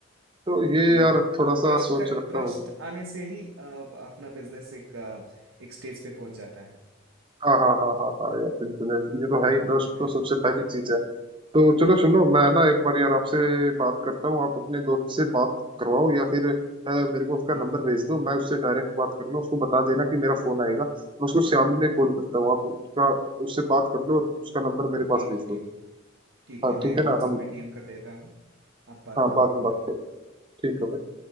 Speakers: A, on the right (about 25°); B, on the right (about 80°).
A: तो
B: बिल्कुल
A: ये यार
B: यार
A: थोड़ा
B: वो
A: सा
B: ट्रस्ट
A: सोच
B: का
A: रखता
B: ट्रस्ट
A: हूँ मैं
B: आने से ही अ, अपना बिजनेस एक अ, एक स्टेज पे पहुंच जाता है
A: हाँ हाँ हाँ हाँ हाँ यार बिल्कुल यार ये तो है ही
B: बिल्कुल
A: ट्रस्ट तो
B: यार
A: सबसे पहली चीज है तो चलो सुनो मैं ना एक बार यार आपसे बात करता हूँ आप अपने दोस्त से बात करवाओ या फिर अ, मेरे को उसका
B: हाँ
A: नंबर
B: हाँ
A: भेज दो मैं उससे डायरेक्ट बात कर लूँ उसको बता देना कि मेरा फोन आएगा मैं उसको शाम में कॉल करता हूँ आप उसका उससे बात कर लो और उसका नंबर मेरे पास
B: ठीक
A: भेज
B: है
A: दो
B: ठीक है ठीक
A: हाँ
B: है मैं
A: ठीक
B: व्हाट्सएप
A: है ना हम
B: पे डीएम कर देता हूँ आप बात
A: हाँ
B: कर
A: बाद
B: लो एक
A: में बात
B: बार
A: करें ठीक है भाई